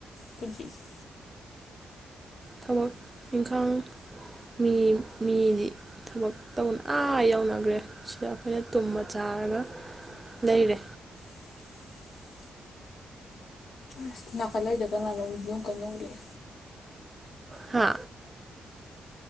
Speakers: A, on the left; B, on the right.
A: ꯄꯨꯟꯁꯤꯁꯦ
B: ꯊꯕꯛ ꯏꯪꯈꯥꯡ ꯃꯤ ꯃꯤꯗꯤ ꯊꯕꯛ ꯇꯧ ꯑꯥ ꯌꯧꯅꯒ꯭ꯔꯦ ꯁꯤꯗ ꯑꯩꯈꯣꯏꯅ ꯇꯨꯝꯃ ꯆꯥꯔꯒ ꯂꯩꯔꯦ
A: ꯇꯥꯕ ꯉꯝꯗꯕ ꯑꯁ ꯅꯥꯀꯜ ꯂꯩꯗꯣ ꯀꯅꯥꯅꯣ ꯌꯣꯡ ꯀꯟꯅ ꯅꯣꯛꯂꯛꯏ
B: ꯍꯥ